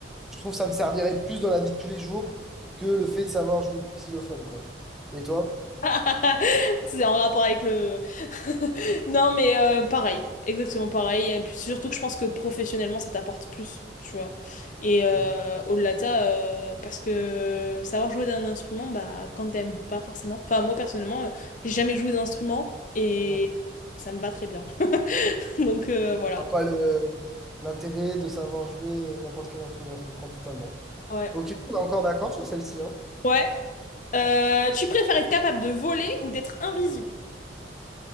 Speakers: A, in the centre; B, on the left.
A: je trouve que ça me servirait plus dans la vie de tous les jours que le fait de savoir jouer du xylophone, quoi. Et toi?
B: <laughs> C'est en rapport avec le... <laughs> Non, mais euh, pareil, exactement pareil. Et puis surtout que je pense que professionnellement, ça t'apporte plus, tu vois. Et euh,
A: Mm.
B: au-delà de ça, euh, parce que savoir jouer d'un instrument, bah, quand t'aimes pas forcément. Enfin, moi personnellement, euh, j'ai jamais joué d'instrument et
A: Mm.
B: ça me va très bien. <laughs> Donc euh, voilà.
A: Je vois pas le, l'intérêt de savoir jouer euh, n'importe quel instrument, je comprends totalement.
B: Ouais.
A: Ok, on est encore d'accord sur celle-ci, hein?
B: Ouais. Euh, tu préfères être capable de voler ou d'être invisible?